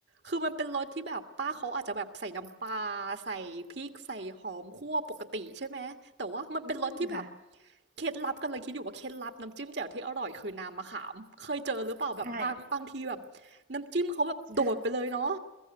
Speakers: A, on the right; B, on the right.
A: คือมันเป็นรสที่แบบป้าเขาอาจจะแบบใส่น้ำปลาใส่พริกใส่หอมคั่วปกติใช่ไหมแต่ว่ามันเป็นรสที่แบบ
B: อืมค่ะ
A: เคล็ดลับกำลังคิดอยู่ว่าเคล็ดลับน้ำจิ้มแจ่วที่อร่อยคือน้ำมะขามเคยเจอหรือเปล่าแบบบางบางทีแบบ
B: ใช่
A: น้ำจิ้มเขาแบบโดดไปเลยเนาะ
B: ใช่